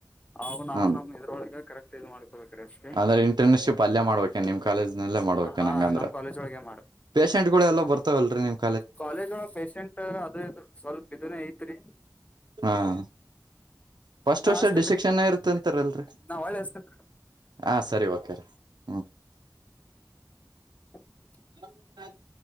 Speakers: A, on the left; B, on the right.
A: ಅವನು
B: ಹ್ಮ
A: ಅವನು ಇದ್ರೊಳಗೆ ಕರೆಕ್ಟ್ ಇದು ಮಾಡ್ಕೋಬೇಕ್ರೀ? <inaudible>
B: ಅಂದ್ರೆ ಇಂಟರ್ನ್ಶಿಪ್ ಅಲ್ಲೇ ಮಾಡ್ಬೇಕು? <unintelligible> ನಿಮ್ ಕಾಲೇಜ್ನಲ್ಲೇ ಮಾಡ್ಬೇಕು!
A: ಹಾ
B: ನಂಗಂದ್ರ
A: ನಮ್ ಕಾಲೇಜ್ ಒಳಗೆ
B: ಪೇಶಷೆಂಟ್ಗಳು, ಎಲ್ಲ, ಬರ್ತಾವಲ್ರೀ, ನೀವು? <inaudible>
A: ಕಾಲೇಜು ಒಳಗೆ ಪೇಶೆಂಟ್! ಅದು ಇದು ಸ್ವಲ್ಪ ಇದನ್ನ ಐತ್ರಿ? <inaudible>
B: ಹಾ! <inaudible> ಫಸ್ಟ್
A: ನಾ
B: ವರ್ಷ!
A: ಹಸ್ತೇನ್ರಿ
B: ಡಿಸಿಕ್ಷನು, ಇರುತ್ತೆ, ಅಂತಾರಲ್ಲರಿ
A: ನಾ ಹೊಳ್ಳಿ ಹಸ್ತೇನ್ರಿ.
B: ಹಾ, ಸರಿ, ಓಕೆ, ರೀ. <unintelligible>
A: <unintelligible> <inaudible>
B: <unintelligible>